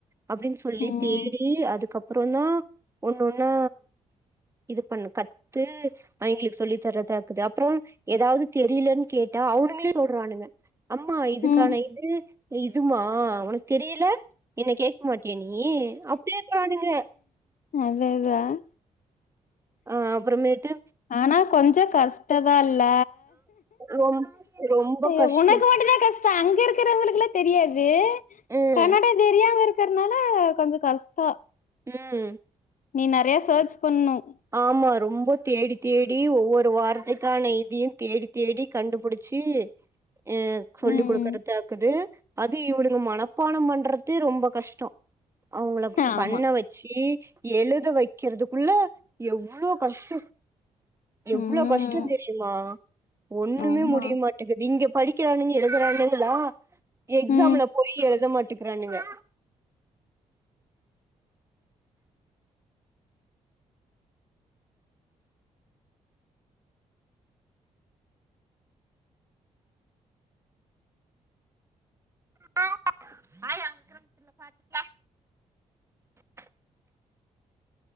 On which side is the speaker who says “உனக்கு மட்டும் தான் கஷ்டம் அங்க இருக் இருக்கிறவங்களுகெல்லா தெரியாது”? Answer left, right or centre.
Left